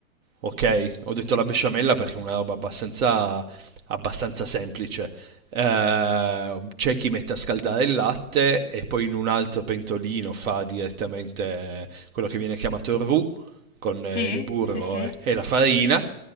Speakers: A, on the right (about 75°); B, on the left (about 55°).
A: Ok, ho detto la besciamella perché è una roba abbastanza, abbastanza semplice. Eh, c'è chi mette a scaldare il latte e poi in un altro pentolino fa direttamente eh, quello che viene chiamato roux con eh,
B: Sì,
A: il burro
B: sì, sì.
A: e e la farina